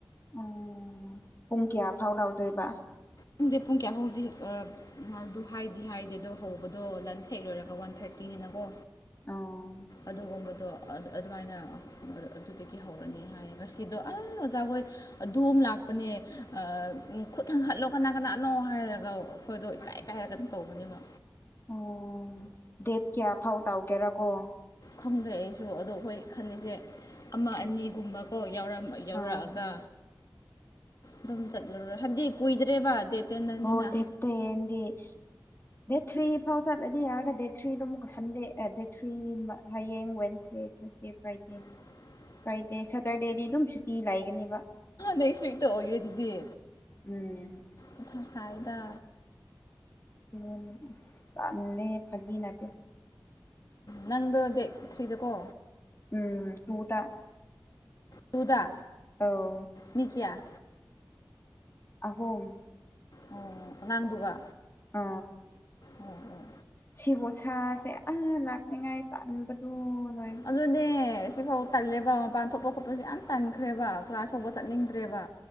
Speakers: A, on the left; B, on the left.
A: ꯎꯝ ꯄꯨꯡ ꯀꯌꯥ ꯐꯥꯎ ꯂꯥꯎꯗꯣꯏꯕ
B: ꯈꯪꯗꯦ ꯄꯨꯡ ꯀꯌꯥ ꯍꯧꯗꯤ ꯑꯥ ꯎ ꯑꯗꯨ ꯍꯥꯏꯗꯤ ꯍꯥꯏꯗꯦ ꯑꯗꯣ ꯍꯧꯕꯗꯣ ꯂꯟꯁ ꯍꯦꯛ ꯂꯣꯏꯔꯒ ꯋꯥꯟ ꯊꯥꯔꯇꯤꯅꯤꯅꯀꯣ
A: ꯑꯥ
B: ꯑꯗꯨꯒꯨꯝꯕꯗꯣ ꯑꯗꯨꯃꯥꯏꯅ ꯑꯗꯨꯗꯒꯤ ꯍꯧꯔꯅꯤ ꯍꯥꯏ ꯉꯁꯤꯗꯣ ꯑꯥꯏ ꯑꯣꯖꯥꯍꯣꯏ ꯑꯗꯨꯝ ꯂꯥꯛꯄꯅꯦ ꯑꯥ ꯈꯨꯠ ꯊꯪ ꯍꯥꯠꯂꯣ ꯀꯅꯥ ꯀꯅꯥꯅꯣ ꯍꯥꯏꯔꯒ ꯑꯩꯈꯣꯏꯗꯣ ꯏꯀꯥꯏ ꯀꯥꯏꯔꯒꯅ ꯇꯧꯕꯅꯦꯕ
A: ꯑꯣ ꯗꯦꯠ ꯀꯌꯥ ꯐꯥꯎ ꯇꯥꯎꯒꯦꯔꯥꯀꯣ
B: ꯈꯪꯗ ꯑꯩꯁꯨ ꯑꯗꯣ ꯈꯣꯏ ꯈꯜꯂꯤꯁꯦ ꯑꯃ ꯑꯅꯤꯒꯨꯝꯕ ꯑꯣ ꯌꯥꯎꯔꯃ ꯌꯥꯎꯔꯛꯑꯒ
A: ꯑꯥ
B: ꯑꯗꯨꯝ ꯆꯠꯂꯔꯣꯏ ꯍꯥꯏꯕꯗꯤ ꯀꯨꯏꯗ꯭ꯔꯦꯕ ꯗꯦꯠ ꯇꯦꯟꯗꯅꯤꯅ
A: ꯍꯣꯏ ꯘꯦꯠ ꯇꯦꯟꯗꯤ ꯗꯦꯠ ꯊ꯭ꯔꯤ ꯐꯥꯎ ꯆꯠꯂꯗꯤ ꯌꯥꯔꯦ ꯗꯦꯠ ꯊ꯭ꯔꯤꯗꯣ ꯑꯃꯨꯛꯀ ꯁꯟꯗꯦ ꯑꯦ ꯗꯦꯠ ꯊ꯭ꯔꯤ ꯍꯌꯦꯡ ꯋꯦꯟꯁꯗꯦ ꯊꯔꯁꯗꯦ ꯐꯔꯥꯏꯗꯦ
B: <inaudible>
A: ꯐ꯭ꯔꯥꯏꯗꯦ ꯁꯇꯔꯗꯦꯗꯤ ꯑꯗꯨꯝ ꯁꯨꯇꯤ ꯂꯩꯒꯅꯤꯕ
B: ꯅꯦꯛꯁ ꯋꯤꯛꯇ ꯑꯣꯏꯔꯦ ꯑꯗꯨꯗꯤ
A: ꯎꯝ
B: ꯃꯊꯥ ꯁꯥꯏꯗ
A: ꯎꯝ ꯑꯁ ꯇꯥꯟꯂꯦ ꯐꯥꯒꯤ ꯅꯠꯇꯦ
B: ꯅꯪꯗꯣ ꯗꯦꯠ ꯊ꯭ꯔꯤꯗꯀꯣ
A: ꯎꯝ ꯇꯨ ꯇꯥ
B: ꯇꯨꯗꯥ
A: ꯑꯥꯎ
B: ꯃꯤ ꯀꯌꯥ
A: ꯑꯍꯨꯝ
B: ꯑꯣ ꯑꯉꯥꯡꯗꯨꯒꯥ
A: ꯑ
B: ꯑꯥ ꯑꯥ
A: ꯁꯤꯕꯣ ꯁꯁꯦ ꯑꯥ ꯂꯥꯛꯅꯤꯡꯉꯥꯏ ꯇꯥꯟꯕꯗꯨ ꯂꯣꯏ
B: ꯑꯗꯨꯅꯦ ꯁꯤꯐꯥꯎ ꯇꯜꯂꯦꯕ ꯃꯄꯥꯟ ꯊꯣꯛꯄ ꯈꯣꯠꯄꯁꯨ ꯌꯥꯝ ꯇꯟꯈ꯭ꯔꯦꯕ ꯀ꯭ꯂꯥꯁ ꯐꯥꯎꯕ ꯆꯠꯅꯤꯡꯗ꯭ꯔꯦꯕ